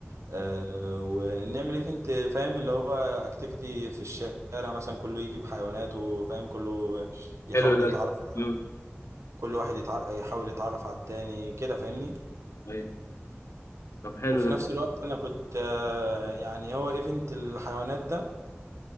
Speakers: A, on the right; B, on the left.
A: آه، ونعمل ايفنت فاهم اللي هو اكتيفيتي في الشارع مثلا كله يجي بحيواناته فاهم كله يحاول
B: حلو ده
A: يتعرف
B: يلا.
A: كل واحد يتع... يحاول يتعرف على التاني كده فاهمني
B: أيوة. طب حلو
A: وفي نفس الوقت انا كنت آه، يعني هو ايفنت الحيوانات ده